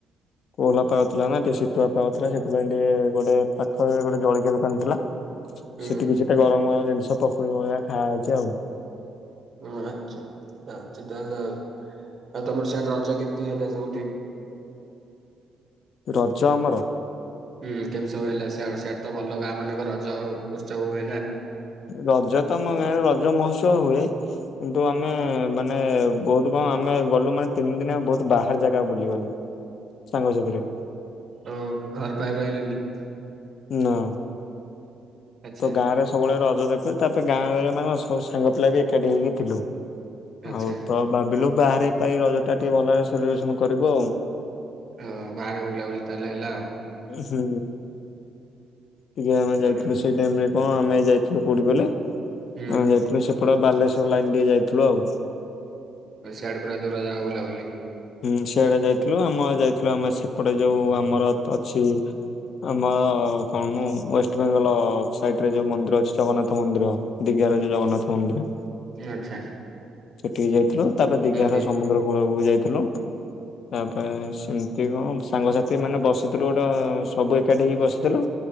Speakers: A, on the left; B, on the right.
A: କୋହଲା ପାଗଥିଲା ନା ଟିକେ ଶୀତୁଆ ପାଗ ଥିଲା ସେଥିପାଇଁ ଟିକେ ଗୋଟେ ପାଖରେ ଗୋଟେ ଜଳଖିଆ ଦୋକାନ ଥିଲା
B: ହୁଁ
A: ସେଠି ବି କିଛିଟା ଗରମ ଗରମ ଜିନିଷ ପଖୋଳି ପଖଳିଆ ଖାଆ ହେଇଛି ଆଉ।
B: ହୁଁ, ଆଚ୍ଛା ତାହେଲେ ଆଉ ତମର ସେଆଡ଼େ ରଜ କେମିତି ହେଲା ସବୁଠି?
A: ରଜ ଆମର
B: ହୁଁ କେମିତି ସବୁ ହେଲା ସେ ସିଆଡେ ତ ଭଲ ଗାଁ ମାନଙ୍କ ରଜ ଉତ୍ସବ ହୁଏ ନା।
A: ରଜ ତ ଆମ ଗାଁରେ ରଜ ମହୋତ୍ସବ ହୁଏ କିନ୍ତୁ ଆମେ ମାନେ ଏଁନ ବହୁତ କଣ ଆମେ ଗଲୁ ମାନେ ତିନିଦିନୟାଙ୍କ ବହୁତ ବାହାର ଜାଗା ବୁଲିଗଲୁ। ସାଙ୍ଗସଥିରେ।
B: ଓ ଘର ପାଇଁ ରହିଲେନି
A: ନା
B: ଆଚ୍ଛା
A: ତ ଗାଁରେ ସବୁବେଳେ ରଜ ଦେଖୁଚୁ ତାପରେ ଗାଁରେ ମାନେ ସବୁ ସାଙ୍ଗ ପିଲା ବି ଏକାଠି ହେଇକି ଥିଲୁ।
B: ଆଚ୍ଛା।
A: ଆଉ ତ ଭାବିଲୁ ବାହାର ପାଇଁ ରଜ ଟା ଟିକେ ଭଲରେ ସେଲିବ୍ରେସନ କରିବୁ ଆଉ।
B: ଓ ବାହାରେ ବୁଲା ବୁଲି ତାହେଲେ ହେଲା ଆଉ।
A: ହୁଁ ଟିକେ ଆମେ
B: ବଢିଆ।
A: ଯାଇଥି ସେଇ ଟାଇମ୍ ରେ କଣ ଆମେ ଯାଇଥିଲୁ କୋଉଠି କହିଲେ
B: ହୁଁ
A: ଆମେ ଯାଇଥିଲୁ ସେ ପଟେ ବାଲେଶ୍ୱର ଲାଇନ ଟିକେ ଯାଇଥିଲୁ ଆଉ।
B: ସିଆଡେ ପୁରା ଦୂର ଜାଗା ବୁଲାବୁଲି
A: ହୁଁ ସେଆଡେ ଯାଇଥିଲୁ ଆମର ଯାଇଥିଲୁ ଆମେ ସେପଟେ ଯୋଉ ଆମର ଅଛି ଆମର କଣ ମ ୱେଷ୍ଟବେଙ୍ଗଲ ସାଇଟ ରେ ଯୋଉ ମନ୍ଦିର ଅଛି ଜଗନ୍ନାଥ ମନ୍ଦିର ଦିଘାର ଯୋଉ ଜଗନ୍ନାଥ ମନ୍ଦିର
B: ଆଛା।
A: ସେଠିକି ଯାଇଥିଲୁ ତାପରେ ଦିଘାର
B: ଦେ-
A: ସମୁଦ୍ର କୂଳକୁ ଯାଇଥିଲୁ। ତାପରେ ସେମିତି କଣ ସାଙ୍ଗସାଥି ମାନେ ବସିଥିଲୁ ଗୋଟେ ସବୁ ଏକାଠି ହେଇକି ବସିଥିଲୁ